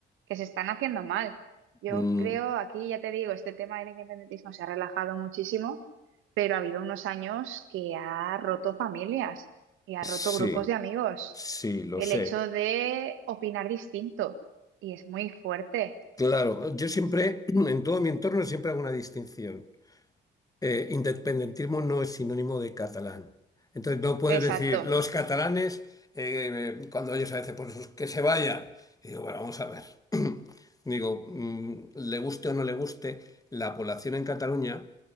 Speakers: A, on the right; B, on the left.
A: que se están haciendo mal. Yo
B: Mm,
A: creo, aquí ya te digo, este tema del independentismo se ha relajado muchísimo, pero ha habido unos años que ha roto familias y ha
B: sí,
A: roto grupos de amigos
B: sí, lo
A: el
B: sé.
A: hecho de opinar distinto. Y es muy fuerte.
B: Claro, yo siempre, <clears throat> en todo mi entorno, siempre hago una distinción. eh, independentismo no es sinónimo de catalán. Entonces no puedes
A: Exacto.
B: decir los catalanes, eh, cuando ellos a veces, pues que se vayan. Y digo, bueno, vamos a ver. Digo, mm, le guste o no le guste, la población en Cataluña